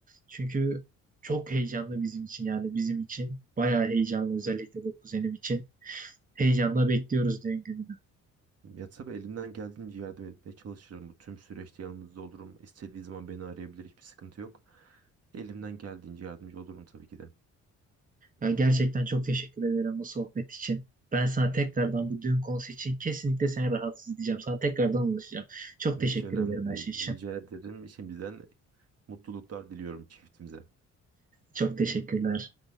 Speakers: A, on the right; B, on the right.
A: Çünkü çok heyecanlı bizim için yani bizim için. Bayağı heyecanlı özellikle de kuzenim için. Heyecanla bekliyoruz düğün gününü.
B: Ya tabii elimden geldiğince yardım etmeye çalışırım. Bu tüm süreçte yanınızda olurum. İstediği zaman beni arayabilir. Hiçbir sıkıntı yok. Elimden geldiğince yardımcı olurum tabii ki de.
A: Ya gerçekten çok teşekkür ederim bu sohbet için. Ben sana tekrardan bu düğün konusu için kesinlikle seni rahatsız edeceğim. Sana tekrardan ulaşacağım. Çok teşekkür
B: Hiç önemli
A: ederim her
B: değil.
A: şey için.
B: Rica ederim. Şimdiden mutluluklar diliyorum çiftimize.
A: Çok teşekkürler.